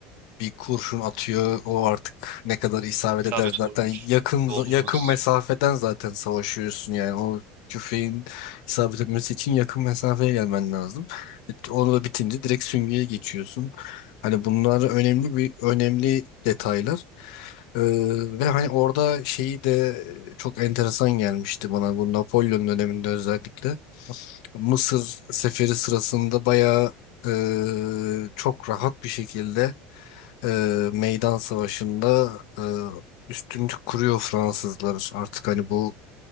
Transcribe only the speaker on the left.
bir kurşun atıyor. O artık ne kadar isabet
eder zaten
yakın
yakın mesafeden zaten savaşıyorsun yani. O tüfeğin isabet etmesi için yakın mesafeye gelmen lazım. E, Onu da bitince direkt süngüye geçiyorsun. Hani bunlar önemli bir önemli detaylar. Ee, ve hani orada şeyi de çok enteresan gelmişti bana bu Napolyon döneminde özellikle. Mısır seferi sırasında bayağı e, çok rahat bir şekilde e, meydan savaşında e, üstünlük kuruyor Fransızlar. Artık hani bu